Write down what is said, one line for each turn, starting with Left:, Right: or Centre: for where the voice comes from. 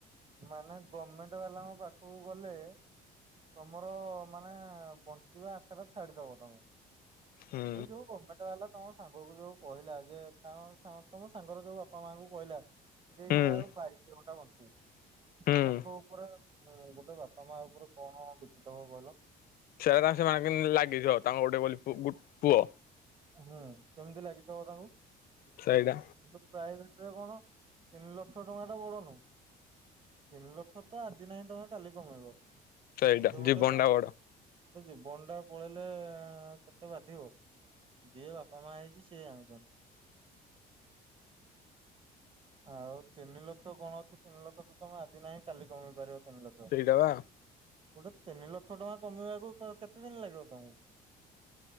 Right: ମାନେ ଗଭର୍ଣମେଣ୍ଟ ବାଲାଙ୍କ ପାଖକୁ ଗଲେ ତମର ମାନେ ବଞ୍ଚିବା ଆଶା ଟା ଛାଡିଦବ ତମେ
Left: ହୁଁ।
Right: ଏଇ ଯୋଉ ଗଭର୍ଣ୍ଣମେଣ୍ଟ ବାଲା ତମ ସାଙ୍ଗ କୁ ଯୋଉ କହିଲା ଯେ ତା ସା ତମ ସାଙ୍ଗର ଯୋଉ ବାପା ମାଙ୍କୁ କହିଲା ଯେ
Left: ହୁଁ
Right: ଇ ଆଉ ବାଇଶି ଘଣ୍ଟା ବଞ୍ଚିବ
Left: ହୁଁ
Right: ତାଙ୍କ ଉପରେ ତ ବାପା ମା ଉପରେ କଣ ବିତିଥିବ କହିଲ
Left: ସେଟା ସେ ମାଗିଲ୍ ଇ ଲାଗି ଜିଅ, ତାଙ୍କ ଗୋଟେ ବୋଲି ପୁ ଗୁ, ପୁଅ।
Right: ହୁଁ, କେମିତି ଲାଗିଥିବ ତାଙ୍କୁ?
Left: ସେଇଟା
Right: କିନ୍ତୁ ପ୍ରାଇଭେଟରେ କଣ, ତିନି ଲକ୍ଷ ଟଙ୍କା ଟା ବଡନୁ। ତିନି ଲକ୍ଷ ତ, ଆଜି ନାହିଁ ତମେ କାଲି କମେଇବ।
Left: ସେଇଟା,
Right: କିନ୍ତୁ ଗୋଟେ
Left: ଜୀବନ ଟା ବଡ଼।
Right: ଗୋଟେ ଜୀବନ୍ ଟା ପଳେଇଲେ ଏ, କେତେ ବାଧିବ? ଯେ ବାପା ମା ହେଇଛି ସେ ଜାଣିଛନ୍। ଆଉ, ତିନି ଲକ୍ଷ କଣ ଅଛି ତିନି ଲକ୍ଷ ତ ତମେ ଆଜି ନାହିଁ କାଲି କମି ପାରିବ। ତିନିଲକ୍ଷ,
Left: ସେଇଟା ବା
Right: କଉଁଟା? ତିନି ଲକ୍ଷ ଟଙ୍କା କମେଇବାକୁ କ କେତେ ଦିନ ଲାଗିବ ତମକୁ?